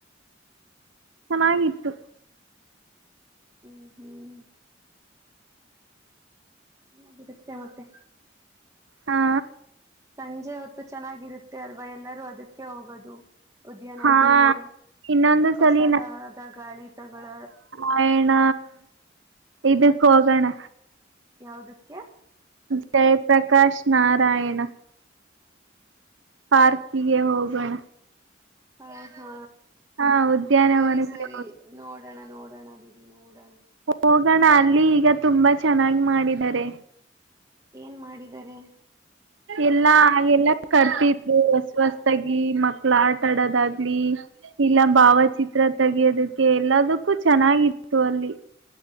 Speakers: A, on the right; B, on the right.
A: ಚೆನ್ನಾಗಿತ್ತು.
B: ಹ ಹ್ಮ್ ಚೆನ್ನಾಗಿರುತ್ತೆ ಮತ್ತೆ.
A: ಹಾ.
B: ಸಂಜೆ ಹೊತ್ತು ಚೆನ್ನಾಗಿರುತ್ತೆ ಅಲ್ವಾ ಎಲ್ಲರೂ ಅದಕ್ಕೆ ಹೋಗೋದು. ಉದ್ಯಾನವನಕ್ಕೆ
A: ಹಾ ಇನ್ನೊಂದು ಸಲಿ
B: ಹೊಸದಾದ ಗಾಳಿತಗಳ
A: ಆಯಣ ಇದಕ್ಕ ಹೋಗೋಣ.
B: ಯಾವದಕ್ಕೆ.
A: ಜಯಪ್ರಕಾಶ್ ನಾರಾಯಣ. ಪಾರ್ಕಿಗೆ ಹೋಗೋಣ.
B: ಹಾ ಹಾ
A: ಹಾ ಉದ್ಯಾನವನಕ್ಕೆ
B: ಸರಿ ಸರಿ. ನೋಡೋಣ ನೋಡೋಣ ಬಿಡಿ ನೋಡೋಣ.
A: ಹೋಗೋಣ ಅಲ್ಲಿ ಈಗ ತುಂಬಾ ಚೆನ್ನಾಗಿ ಮಾಡಿದಿದ್ದಾರೆ.
B: ಏನ್ ಮಾಡಿದ್ದಾರೆ.
A: ಇಲ್ಲಾ ಎಲ್ಲ ಕಟ್ತಿದ್ರು ಹೊಸ ಹೊಸದಾಗಿ ಮಕ್ಳ ಆಟ ಆಡೋದಾಗ್ಲಿ. ಇಲ್ಲ ಭಾವಚಿತ್ರ ತೆಗಿಯೋದಕ್ಕೆ ಎಲ್ಲದಕ್ಕೂ ಚೆನ್ನಾಗಿತ್ತು ಅಲ್ಲಿ.